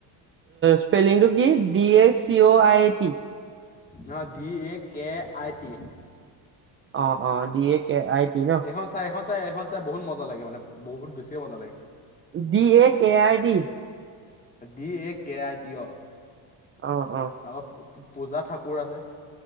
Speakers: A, on the right (about 30°); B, on the left (about 20°).
A: স্পেলিংটো কি D A C O I T.
B: ন D A K I T.
A: অ', অ', D A K I T ন?
B: এইখন চাই এইখন চাই এইখন চাই বহুত মজা লাগে মানে, বহুত বেছিয়ে মজা লাগে।
A: D A K I D.
B: D A K A T অ'।
A: অ', অ',
B: অলপ পূজা ঠাকুৰ আছে,